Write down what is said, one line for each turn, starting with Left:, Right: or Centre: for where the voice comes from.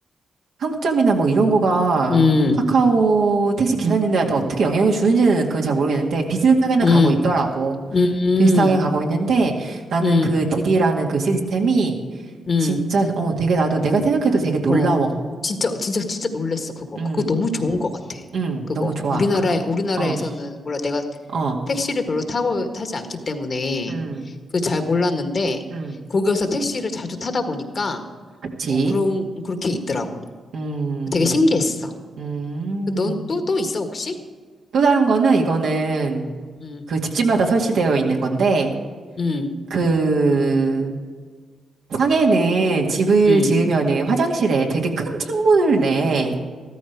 Right: 평점이나 뭐 이런 거가
Left: 음,
Right: 카카오 택시 기사님들한테 어떻게 영향을 주는지는 그건 잘 모르겠는데 비슷하게는
Left: 음,
Right: 가고 있더라고.
Left: 음,
Right: 비슷하게 가고 있는데 나는
Left: 음, 음,
Right: 그 디디라는 그 시스템이
Left: 음.
Right: 진짜 어 되게 나도 내가 생각해도 되게 놀라워.
Left: 어. 진짜, 진짜, 진짜 놀랬어, 그거.
Right: 음,
Left: 그거 너무 좋은 것 같아.
Right: 음,
Left: 그거.
Right: 너무 좋아
Left: 우리나라에,
Right: 그거.
Left: 우리나라에서는,
Right: 어,
Left: 몰라, 내가
Right: 어,
Left: 택시를 별로 타고, 타지 않기 때문에,
Right: 음,
Left: 그 잘 몰랐는데,
Right: 음,
Left: 거기에서 택시를 자주 타다 보니까,
Right: 그치.
Left: 어, 그런, 그렇게 있더라고.
Right: 음.
Left: 되게 신기했어.
Right: 음.
Left: 넌 또, 또 있어, 혹시?
Right: 또 다른 거는 이거는
Left: 응,
Right: 그 집집마다 설치되어 있는 건데
Left: 응,
Right: 그 상해는 집을
Left: 응.
Right: 지으면은 화장실에 되게 큰 창문을 내.